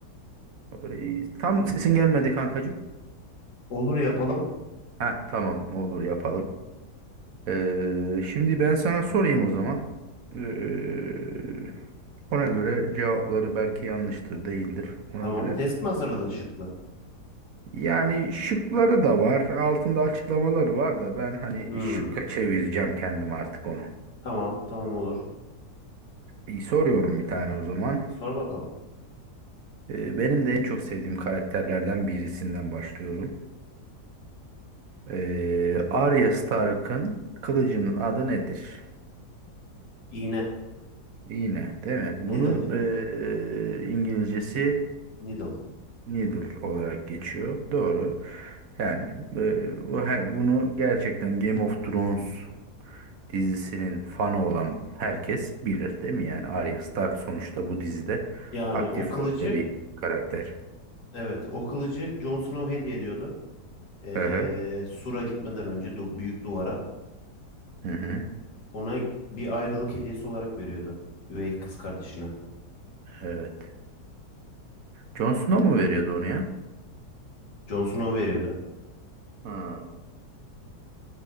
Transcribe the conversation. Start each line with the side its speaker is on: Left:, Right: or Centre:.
Right: E, tam sesin gelmedi kankacığım.
Left: Olur yapalım.
Right: Ha tamam olur yapalım. Ee, şimdi ben sana sorayım o zaman. Ee, ona göre cevapları belki yanlıştır, değildir. Ona
Left: Tamam.
Right: göre.
Left: Test mi hazırladın şıklı?
Right: Yani şıkları da var, altında açıklamaları var da ben hani
Left: Hmm.
Right: şıkka çevireceğim kendim artık onu.
Left: Tamam. Tamam olur.
Right: İyi, soruyorum bir tane o zaman.
Left: Sor bakalım.
Right: Ee, benim de en çok sevdiğim karakterlerden birisinden başlıyorum. Ee, Arya Stark'ın kılıcının adı nedir?
Left: İğne.
Right: Yine, değil mi? Bunun
Left: Needle.
Right: e, e, İngilizcesi
Left: Needle.
Right: Needle olarak geçiyor. Doğru. Yani e, bu her, bunu gerçekten Game of Thrones dizisinin fanı olan herkes bilir değil mi? Yani Arya Stark sonuçta bu dizide
Left: Yani
Right: aktif
Left: o kılıcı
Right: rolde bir karakter.
Left: evet o kılıcı Jon Snow hediye ediyordu. Ee,
Right: Hı hı.
Left: Sur'a gitmeden önce du büyük duvara.
Right: Hı hı.
Left: Ona bir ayrılık hediyesi olarak veriyordu. Üvey kız kardeşine.
Right: Evet. Jon Snow mu veriyordu onu ya?
Left: Jon Snow veriyordu.
Right: Ha,